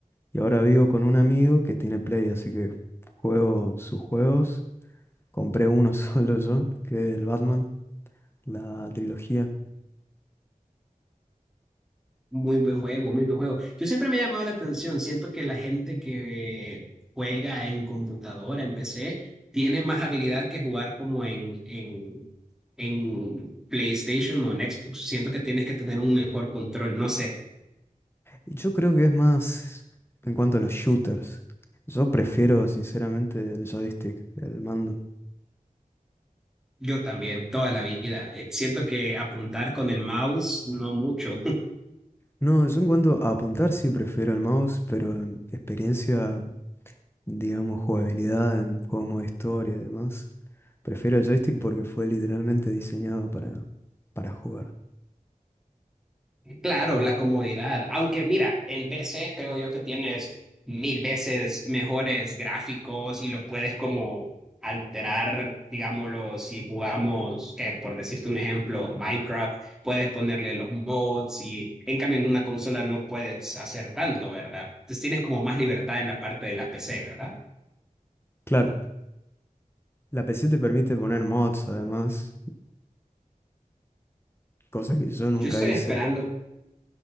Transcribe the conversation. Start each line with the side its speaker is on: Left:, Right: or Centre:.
Left: Y ahora vivo con un amigo que tiene Play, así que juego sus juegos. Compré uno <laughs> solo yo, que es el Batman, la trilogía.
Centre: Muy buen juego, muy buen juego. Yo siempre me ha llamado la atención, siento que la gente que juega en computadora, en PC, tiene más habilidad que jugar como en, en, en PlayStation o en Xbox. Siento que tienes que tener un mejor control, no sé,
Left: Y yo creo que es más en cuanto a los shooters. Yo prefiero, sinceramente, el joystick, el mando.
Centre: yo también, toda la vida. Eh, Siento que apuntar con el mouse, no mucho.
Left: No, yo en cuanto a apuntar sí prefiero el mouse, pero en experiencia, digamos, jugabilidad en juegos modo historia y demás. Prefiero el joystick porque fue literalmente diseñado para, para jugar.
Centre: Claro, la comodidad. Aunque mira, en PC creo yo que tienes mil veces mejores gráficos y los puedes como alterar, digámoslo, si jugamos, que por decirte un ejemplo, Minecraft, puedes ponerle los mods y en cambio en una consola no puedes hacer tanto, ¿verdad? Entonces tienes como más libertad en la parte de la PC, ¿verdad?
Left: Claro, la PC te permite poner mods, además, cosa que yo nunca
Centre: Yo estoy
Left: hice.
Centre: esperando